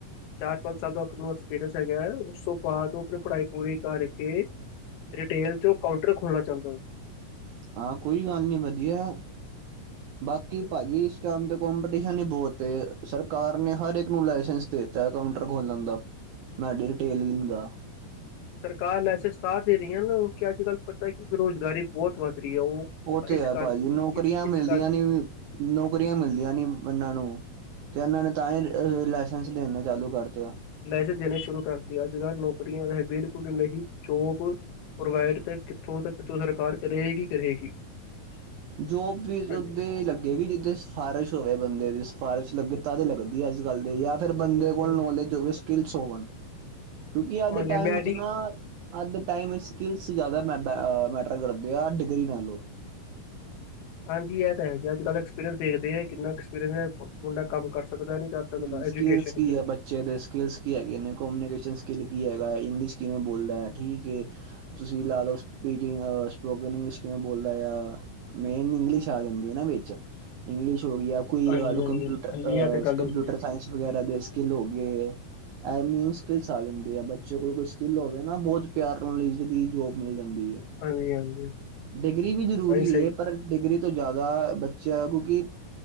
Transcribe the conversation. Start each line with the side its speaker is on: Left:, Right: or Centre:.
Left: ਚਾਰ ਪੰਜ ਸਾਲ ਤੱਕ ਐਕਸਪੀਰੀਅੰਸ ਹੈਗਾ ਹੈ ਉਸ ਬਾਅਦ ਤੂੰ ਆਪਣੀ ਪੜ੍ਹਾਈ ਪੂਰੀ ਕਰਕੇ ਰਿਟੇਲ ਚੋਂ ਕਾਉਂਟਰ ਖੋਲਣਾ ਚਾਹੁੰਦਾ।
Right: ਹਾਂ, ਕੋਈ ਗੱਲ ਨੀ ਵਧੀਆ।
Left: ਹ
Right: ਬਾਕੀ ਭਾਜੀ ਇਸ ਟਾਈਮ ਤੇ ਕਪੀਟੀਸ਼ਨ ਹੀ ਬਹੁਤ ਏ ਸਰਕਾਰ ਨੇ ਹਰ ਇਕ ਨੂੰ ਲਾਇਸੈਂਸ ਦੇ। ਚਾਹੇ ਕਾਊਂਟਰ ਖੋਲ ਲੈਂਦਾ, ਮੈਂਡੀ ਰਿਟੇਲਿੰਗ ਦਾ।
Left: ਸਰਕਾਰ ਲਾਈਸੈਂਸ ਤਾਂ ਰਹੀ ਹੈ ਨਾ ਅੱਜ ਕੱਲ੍ਹ ਪਤਾ ਕਿ ਬੇਰੁਜ਼ਗਾਰੀ ਬਹੁਤ ਵੱਧ ਰਹੀ ਹੈ। ਉਹ
Right: ਉਹ ਤੇ
Left: ਇਸ
Right: ਹੈ
Left: ਕਰ
Right: ਭਾਜੀ ਨੌਕਰੀਆਂ
Left: ਇਸ ਇਸ
Right: ਮਿਲਦੀਆਂ
Left: ਕਰਕੇ
Right: ਨੀ ਨੌਕਰੀਆਂ ਮਿਲਦੀਆਂ ਨੀ ਇਹਨਾਂ ਨੂੰ। ਤੇ ਇਹਨਾਂ ਨੇ ਤਾਂ ਹੀ ਲਾਇਸੈਂਸ ਦੇਣੇੇ ਚਾਲੂ ਕਰ ਦਿਤੇ ਆ।
Left: ਲਾਇਸੈਂਸ ਦੇਣੇ ਸ਼ੁਰੂ ਕਰਤੀ ਅੱਜ ਕੱਲ੍ਹ ਨੌਕਰੀਆਂ ਰਹਿ ਬਿਲਕੁਲ ਨਹੀਂ ਜੌਬ। ਪ੍ਰੋਵਾਈਡ ਤੇ ਕਿੱਥੋਂ ਤੋਂ ਸਰਕਾਰ ਕਰੇਗੀ ਕਰੇਗੀ।
Right: ਜੋਬ ਵੀ
Left: ਹਾਂਜੀ
Right: ਓਦੇ ਲੱਗੇਗੀ ਜਿੱਦਾਂ। ਸਿਫਾਰਸ਼ ਹੋਵੇ ਬੰਦੇ ਦੀ ਸਿਫਾਰਸ਼ ਲੱਗ ਤਦ ਲੱਗਦੀ ਹੈ ਅੱਜ ਕੱਲ ਦੇ ਜਾਂ ਫਿਰ
Left: ਹਾਂਜੀ
Right: ਬਦੇ
Left: ਹਾਂਜੀ
Right: ਕੋਲ
Left: ਹਾਂਜੀ
Right: ਨੌਲੇਜ ਹੋਵੇ। ਸਕ ਹੋਵ ਕਿਉਂਕਿ ਅੱਜ
Left: ਹਾਂਜੀ
Right: ਦਾ ਟਮ
Left: ਮੈਂ
Right: ਚ
Left: ਜੀ
Right: ਨਾ <inaudible> ਅੱਜ ਦੇ ਟਾਈਮ ਸਕਿੱਲਸ ਜ਼ਿਆਦਾ ਮ ਮੈਟਰ ਕਰਦੇ ਆ। ਡਿਗਰੀ ਨਾਲੋਂ
Left: ਹਾਂਜੀ, ਇਹ ਤਾਂ ਹੈਗੀ ਅੱਜ ਕੱਲ ਐਕਸਪੀਰੀਅੰਸ ਦੇਖਦੇ ਆ ਕਿੰਨਾ ਐਕਸਪੀਰੀਅੰਸ ਹੈ ਮੁੰਡਾ ਕੰਮ ਕਰ ਸਕਦਾ ਨੀ ਕਰ। ਸਕਦਾ
Right: ਹਮ
Left: ਐਜੂਕੇਸ਼ਨ
Right: ਸਕਿਲਸ ਕੀ
Left: ਚ
Right: ਹੈ ਬੱਚੇ ਦੇ। ਸਕਿੱਲਸ ਕੀ ਹੈਗੇ ਨੇ ਕਮਊਨੀਕੇਸ਼ਨ ਸਕਿੱਲ ਕੀ ਹੈਗਾ ਹੈ ਇੰਗਲਿਸ਼ ਕਿਵੇਂ ਬੋਲਦਾ ਹੈ ਠੀਕ ਹੈ। ਤੁਸੀਂ ਲਾ ਲਓ ਸਪੀਕਿੰਗ ਸਪੋਕਨ ਇੰਗਲਿਸ਼ ਕਿਵੇਂ ਬੋਲਦਾ ਆ। ਮੇਨ ਇੰਗਲਿਸ਼ ਆ ਜਾਂਦੀ ਹੈ ਨਾ ਵਿੱਚ ਇੰਗਲਿਸ਼ ਹੋ ਗਈ ਆ ਕੋਈ
Left: ਹਾਂਜੀ
Right: ਲਾ ਲਓ
Left: ਹਾਂਜੀ
Right: ਕੰਪਿਊਟਰ
Left: ਹਾਂਜੀ ਇਹ ਤੇ ਗੱਲ
Right: ਕੰਪਿਊਟਰ
Left: ਹੈਗੀ ਹੈ ਜੀ
Right: ਵਗੈਰਾ ਦੇ ਸਕਿਲ ਹੋ ਗਏ। ਮੀਨ ਸਕਿੱਲਸ ਆ ਜਾਂਦੇ ਆ ਬੱਚੇ ਕੋਲ ਕੋਈ ਸਕਿੱਲ ਹੋਵੇ ਨਾ ਬਹੁਤ ਪਿਆਰ ਲਈਦੀ ਜੋਬ ਮਿਲ ਜਾਂਦੀ ਹੈ
Left: ਹਾਂਜੀ ਹਾਂਜੀ
Right: ਡਿਗਰੀ ਵੀ ਜਰੂਰੀ
Left: ਹਾਂਜੀ ਸਹੀ
Right: ਪਰ ਡਿਗਰੀ ਤੋਂ ਜ਼ਿਆਦਾ ਬੱਚਾ ਕਿਉਂਕਿ